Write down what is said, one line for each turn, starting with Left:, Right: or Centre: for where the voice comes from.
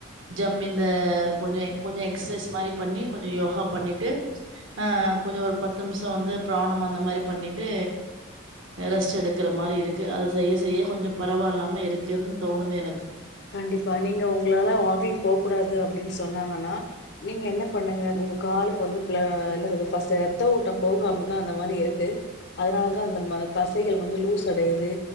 Right: ஜம் இந்த கொஞ்ச-கொஞ்ச எக்சைஸ் மாரி பண்ணி கொஞ்சம் யோகா பண்ணிட்டு அஹ் கொஞ்ச ஒரு பத்து நிமிஷ வந்து பிராணம் அந்த மாரி பண்ணிட்டு ரெஸ்ட் எடுக்கிறமாரி இருக்கு அதை செய்ய-செய்ய கொஞ்சம் பரவாயில்லாம இருக்குன் தோணுது எனக்கு
Left: கண்டிப்பா நீங்க உங்களால வாக்கிங் போ கூடாது அப்டின்னு சொன்னாங்கன்னா நீங்க என்ன பண்ணுங்க உங்க காலுக்கு வந்து பில என்னதது பர்ஸ்ட் ரத்த ஓட்டம் போகாமதா அந்த மாரி இருக்கு அதனாலதான் அந்த தசைகள் வந்து லூஸ் அடையுது